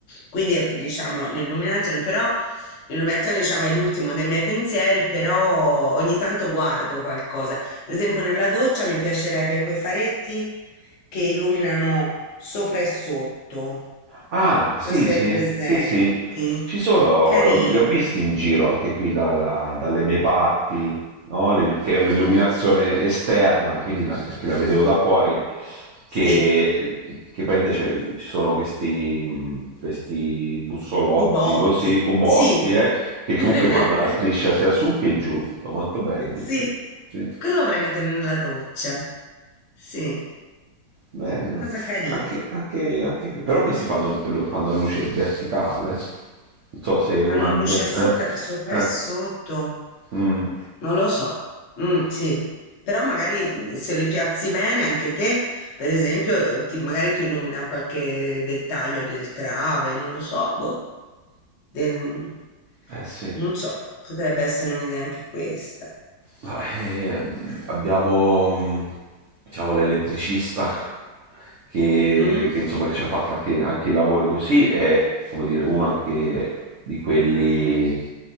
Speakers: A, on the left; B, on the right.
A: Quindi diciamo l'illuminazione, però il lunettone, diciamo, è l'ultimo dei miei pensieri, però ogni tanto guardo qualcosa. Per esempio, nella doccia mi piacerebbe quei faretti che illuminano sopra e sotto. Non
B: Ah, sì,
A: so se
B: sì,
A: hai presenti.
B: sì, sì. Ci sono,
A: Carina.
B: li ho visti in giro anche qui dalla- dalle mie parti, no? Le- Che è un'illuminazione esterna, quindi la- perché la vedevo da fuori,
A: Sì.
B: che, che praticamente c'è- ci sono questi, mh, questi bussolotti
A: Cubotti.
B: così, cubotti,
A: Sì.
B: eh, che comunque
A: <laughs>
B: fanno la striscia sia su che giù. Sono molto belli,
A: Sì.
B: sì. Sì.
A: Quello lo vorrei mettere nella doccia. Sì.
B: Bello.
A: Cosa carina.
B: Anche, anche, anche... Però questi fanno, fanno la luce verticale. Non so se è
A: Fanno
B: una... be-
A: luce sopra,
B: Eh,
A: sopra e
B: eh,
A: sotto.
B: mm,
A: Non lo so. Mm, sì, però magari mm, se li piazzi bene anche te, per esempio, eh, ti- magari ti illumina qualche dettaglio del trave, non lo so, boh. Del-
B: eh sì.
A: non so, potrebbe essere un'idea anche questa.
B: Ma, eh, abbiamo mh, diciamo, l'elettricista che,
A: Mhm.
B: che, insomma, che ci ha fatto anche, anche i lavori così, è come dire, uno anche di quelli,